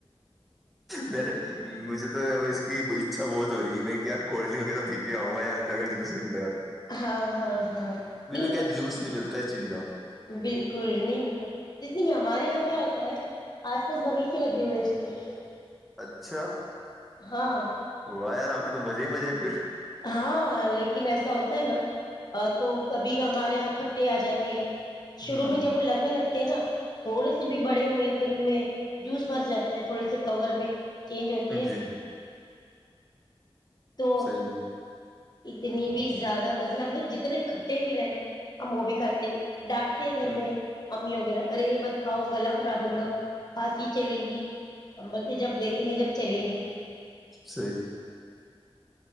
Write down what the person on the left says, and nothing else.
ہاں ہاں ہاں نہیں
بالکل نہیں ملتا جت کہ ہمارے یہاں کیا ہوتا ہے آس پاس باغیچے لگے ہوئے ہیں اس کے لیے
ہاں
ہاں لیکن ایسا ہوتا ہے نا تو کبھی ہمارے یہاں کھٹے آ جاتے ہیں شروع
میں جب وہ لگنے لگتا نا تھوڑے سے بھی بڑے ہوئے کہ ان میں جوس بھر جاتا ہے تھوڑے سے کور میں چینج ہوتے ہیں
تو
اتنی بھی زیادہ مزے ہم تو جتنے کھٹے بھی رہے نا ہم وہ بھی کھے تھے ڈانٹتے
گھر
میں امی وغیرہ ارے بت کاؤ گلا خراب ہوگا کھانسی چلیں گی امبل پ جب دیکھیں گے جب چلیں گے